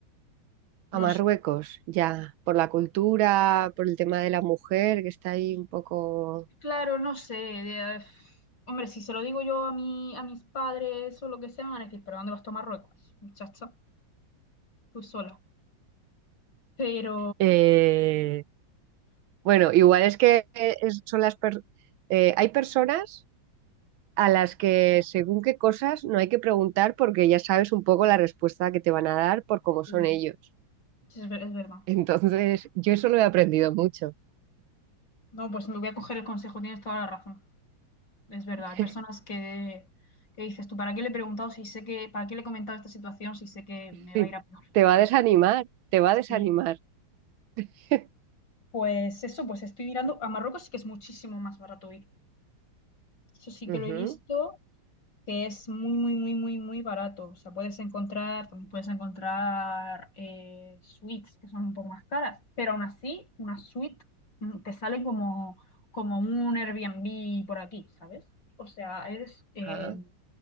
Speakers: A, on the right (about 85°); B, on the left (about 60°).
A: a
B: No
A: Marruecos,
B: sé.
A: ya, por la cultura, por el tema de la mujer, que está ahí un poco...
B: Claro, no sé. de- eh, hombre, si se lo digo yo a, mi, a mis padres o lo que sea, me van a decir, ¿pero dónde vas tú a Marruecos, muchacha? Tú sola. Pero
A: eh, Bueno, igual es que eh, es- son las... per- eh, hay personas a las que según qué cosas no hay que preguntar porque ya sabes un poco la respuesta que te van a dar por cómo
B: sí,
A: son ellos.
B: sí, es, ver- es verdad.
A: Entonces, yo eso lo he aprendido mucho.
B: No, pues me voy a coger el consejo, tienes toda la razón. Es verdad.
A: <laughs>
B: Hay personas que, que dices, ¿tú para qué le he preguntado si sé que, para qué le he comentado esta situación si sé que me
A: Sí,
B: va a ir a peor?
A: te va a desanimar, te va a desanimar.
B: Sí.
A: <laughs>
B: Pues eso, pues estoy mirando. A Marruecos sí que es muchísimo más barato ir. Eso sí
A: Ujú.
B: que lo he visto. que es muy, muy, muy, muy, muy barato. O sea, puedes encontrar, también puedes encontrar eh, suites que son un poco más caras, pero aún así, una suite mm, te sale como, como un Airbnb por aquí, ¿sabes? O sea, es eh,
A: Ah,